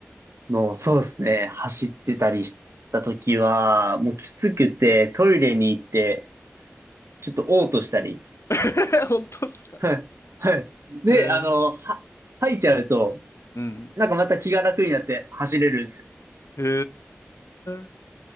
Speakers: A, on the right; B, on the left.
A: のを、そうですね、走ってたりした時は、もうきつくて、トイレに行って、ちょっと嘔吐したり、
B: <laughs> 本当っすか
A: はい、はい。で、
B: へえ。
A: あのー、は、吐いちゃうと、
B: うん。
A: なんかまた気が楽になって走れるんですよ。
B: へえ。